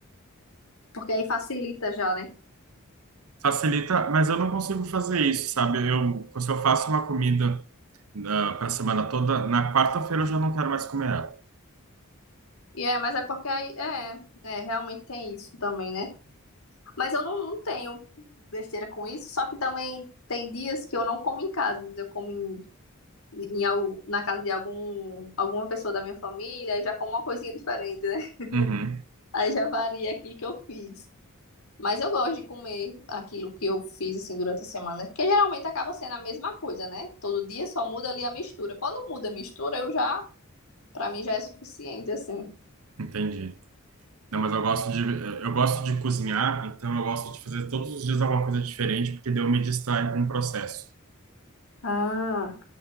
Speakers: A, on the left; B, on the right.
A: Porque aí facilita já, né?
B: Facilita, mas eu não consigo fazer isso, sabe? Eu, se eu faço uma comida para a semana toda, na quarta-feira eu já não quero mais comer ela.
A: E é, mas é porque aí. É, é, realmente tem isso também, né? Mas eu não, não tenho besteira com isso. Só que também tem dias que eu não como em casa. Eu como em, em, al- na casa de algum, alguma pessoa da minha família. Aí já como uma coisinha diferente, né? <laughs>
B: Uhum,
A: Aí já varia aquilo que eu fiz. Mas eu gosto de comer aquilo que eu fiz assim durante a semana, que geralmente acaba sendo a mesma coisa, né? Todo dia só muda ali a mistura. Quando muda a mistura, eu já, pra mim já é suficiente assim.
B: entendi. Não, mas eu gosto de, eu gosto de cozinhar, então eu gosto de fazer todos os dias alguma coisa diferente, porque daí eu me distraio com o processo.
A: Ah,